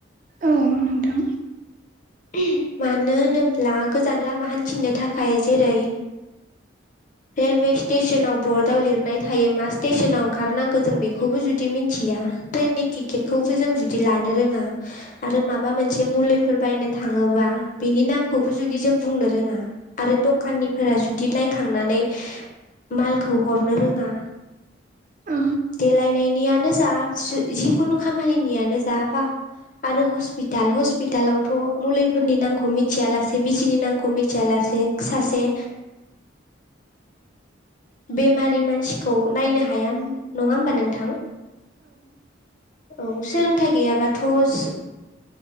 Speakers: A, on the right; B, on the left.
A: औ नोंथां
B: <inaudible> मानो होनोब्ला गोजान लामा हान्थिनो थाखाय जेरै। रेलवे स्टेसनाव बर्डआव लिरनाय थायो मा स्टेसनाव ओंखारनांगोन। जों बेखौबो जुदि मिथिया ट्रेननि टिकेटखौबो जों जुदि लानो रोङा आरो माबा मोन माखासे मुलिफोर बायनो थांङोबा बेनि नामखौबो जुदि जों बुंनो रोंङा आरो दखानिफोरा-। जुदि नायखांनानै मालखौ हरनो रोङा
A: औ
B: देलायनायनियानो जा जिखुनु खामानिनियानो जा बा आरो हस्पिताल हस्पितालावथ' मुलिफोरनि नामखौ मिथिया लासे बिजिनि नामखौ मिथिया लासे से सासे बेमारि मानसिखौ नायनो हाया नङा होमबा नोंथां औ सोलोंथाइ गैयाबाथ'